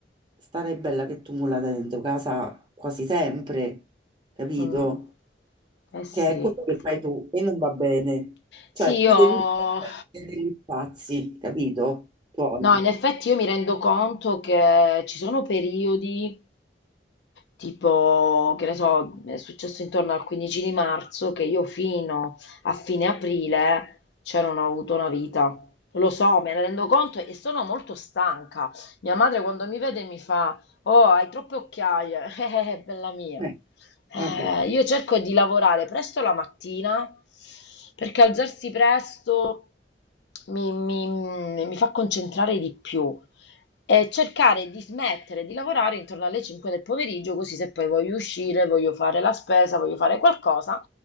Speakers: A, on the right (about 25°); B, on the left (about 75°).
A: starei bella che tumulata dentro casa quasi sempre, capito?
B: mm. Eh sì.
A: Che è quello che fai tu e non va bene.
B: Sì,
A: Cioè,
B: io...
A: ti devi perdere degli spazi, capito? Poi,
B: No, in effetti io mi rendo conto che ci sono periodi Tipo, che ne so, è successo intorno al 15 di marzo che io fino a fine aprile cioè non ho avuto una vita. Lo so, me ne rendo conto e sono molto stanca. Mia madre quando mi vede mi fa, Oh, hai troppe occhiaie, <laughs> eh, eh, bella mia.
A: eh,
B: Eh,
A: vabbè.
B: io cerco di lavorare presto la mattina perché alzarsi presto mi mi- mi fa concentrare di più e cercare di smettere di lavorare intorno alle 5 del pomeriggio, così se poi voglio uscire, voglio fare la spesa, voglio fare qualcosa